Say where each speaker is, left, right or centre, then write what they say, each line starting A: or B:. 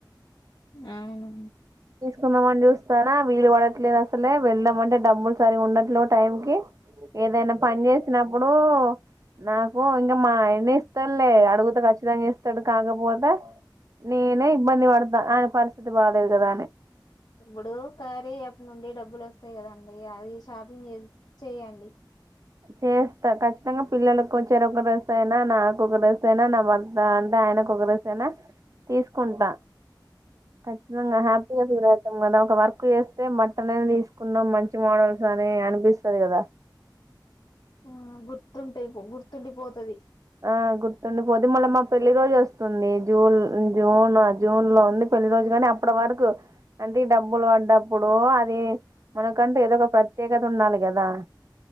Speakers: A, on the left (about 55°); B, on the right (about 45°).
A: అవునా
B: కుందాంమని చూస్తాన్న వీలు పడట్లేదు అసలే వెళ్దాం అంటే డబ్బులు సరిగా ఉండట్లే టైం కి ఏదైనా పని చేసినప్పుడు నాకు ఇంగా మా ఆయన్నే ఇస్తాడులే అడుగుతే ఖచ్చితంగా ఇస్తాడు కాకపోతే నేనే ఇబ్బంది పడతా ఆయన పరిస్థితి బాగాలేదు కదా అని.
A: ఇప్పుడు కార్యా యాప్ నుండి డబ్బులు వస్తాయి కదండి అది షాపింగ్ చేస్ చేయండి.
B: చేస్తా ఖచ్చితంగా పిల్లలకు ఓ చెరొక్క డ్రెస్ అయినా, నాకు ఒక డ్రెస్ అయినా, నా భర్త అంటే ఆయనకు ఒక డ్రెస్ అయినా తీసుకుంటా. ఖచ్చితంగా హ్యాపీగా ఫీల్ అయితం మేడం. ఒక వర్క్ చేస్తే మట్టనైన తీసుకున్నాం మంచి మోడల్స్ అని అనిపిస్తది కదా.
A: ఆ గుర్తుంటాయిపో గుర్తుండిపోతది.
B: ఆ గుర్తుండి పొద్ది మల్ల మా పెళ్లి రోజు వస్తుంది. జూన్ జూన్ జూన్ లో ఉంది పెళ్లి రోజు కానీ అప్పటి వరకు అంటే ఈ డబ్బులు వడ్డప్పుడు అది మనకంటే ఏదో ఒక ప్రత్యేకత ఉండాలి కదా.